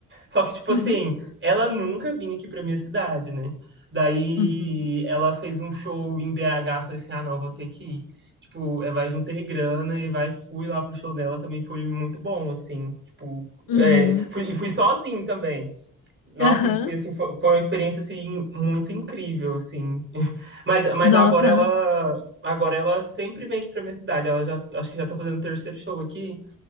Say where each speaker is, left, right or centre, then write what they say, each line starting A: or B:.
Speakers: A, on the right (about 35°); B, on the left (about 75°).
A: Só que, tipo assim,
B: uhum,
A: ela nunca vinha aqui pra minha cidade, né? Daí
B: uhum,
A: ela fez um show em BH, falei assim, ah, não, vou ter que ir. Tipo, é, vai, juntei grana e vai, fui lá pro show dela, também foi muito bom, assim, tipo,
B: uhum,
A: é, fui, e fui sozinho também. Nossa,
B: aham.
A: e foi assim, foi, foi uma experiência assim muito incrível, assim. <laughs> Mas, mas
B: Nossa.
A: agora ela, agora ela sempre vem aqui pra minha cidade. Ela já, acho que já tá fazendo o terceiro show aqui.